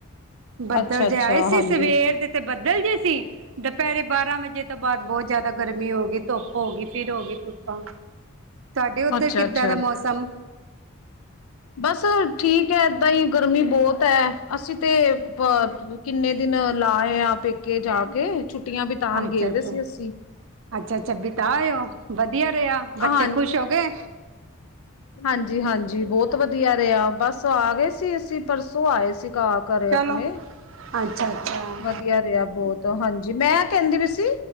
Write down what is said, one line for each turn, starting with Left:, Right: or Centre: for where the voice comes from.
Right: ਬੱਦਲ
Left: ਅੱਛਾ
Right: ਜੇ
Left: ਅੱਛਾ
Right: ਆਏ ਸੀ,
Left: ਹਾਂਜੀ
Right: ਸਵੇਰ ਦੇ ਤੇ ਬੱਦਲ ਜੇ ਸੀ, ਦੁਪੇਹਰੇ ਬਾਰਾਂ ਵਜੇ ਤੋਂ ਬਾਅਦ ਬਹੁਤ ਜੇਆਦਾ ਗਰਮੀ ਹੋ ਗਈ, ਧੁੱਪ ਹੋ ਗਈ ਫਿਰ ਹੋ ਗਈ ਧੁੱਪਾਂ, ਤੁਹਾਡੇ ਉੱਧਰ
Left: ਅੱਛਾ
Right: ਕਿੱਦਾਂ
Left: ਅੱਛਾ
Right: ਦਾ ਮੌਸਮ?
Left: ਬਸ ਠੀਕ ਏ, ਏਦਾਂ ਹੀ ਗਰਮੀ ਬੋਹਤ ਏ। ਅਸੀਂ ਤੇ ਪ ਕਿੰਨੇ ਦਿਨ ਲਾਏ ਆ, ਪੇਕੇ ਜਾ ਕੇ ਛੁੱਟੀਆਂ ਬਿਤਾਨ
Right: ਅੱਛਾ
Left: ਗਏ ਦੇ
Right: ਅੱਛਾ
Left: ਸੀ ਅੱਸੀਂ।
Right: ਅੱਛਾ, ਅੱਛਾ ਬਿਤਾ ਆਏ ਓ, ਵਧੀਆ ਰੇਆ ਬੱਚੇ
Left: ਹਾਂ
Right: ਖ਼ੁਸ਼ ਹੋ ਗਏ।
Left: ਹਾਂਜੀ -ਹਾਂਜੀ ਬੋਹਤ ਤ ਵਧੀਆ ਰੇਆ, ਬਸ ਆ ਗਏ ਸੀ। ਅਸੀਂ ਪਰਸੋਂ ਆਏ ਸੀ ਘ ਘਰੇ
Right: ਚਲੋ
Left: ਅਪਨੇ।
Right: ਅੱਛਾ ਅੱਛਾ ਹਾਂ
Left: ਵਧੀਆ ਰੇਆ ਬੋਹਤ, ਹਾਂਜੀ ਮੈਂ ਕਹਿੰਦੀ ਵੀ ਸੀ